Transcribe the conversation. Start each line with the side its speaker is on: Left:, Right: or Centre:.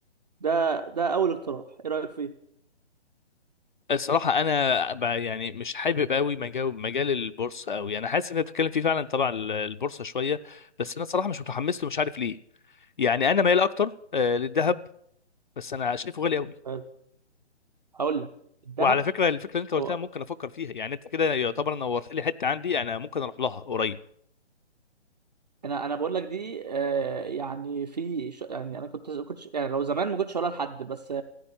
Right: ده ده اول اقتراح ايه رايك فيه
Left: الصراحة أنا ب- يعني مش حابب قوي مجال مجال البورصة قوي أنا حاسس إن أنت بتتكلم فيه فعلا تبع ال- البورصة شوية بس أنا الصراحة مش متحمس له مش عارف ليه يعني أنا مايل أكتر آه، للذهب بس أنا شايفه غالي قوي
Right: حلو. هقول لك الذهب
Left: وعلى فكرة الفكرة اللي أنت قلتها
Right: هو
Left: ممكن أفكر فيها يعني أنت كده يعتبر نورت لي حتة عندي أنا ممكن أروح لها قريب
Right: انا انا بقول لك دي آه يعني في ش- يعني انا كنت كنت يعني لو زمان ما كنتش هقولها لحد بس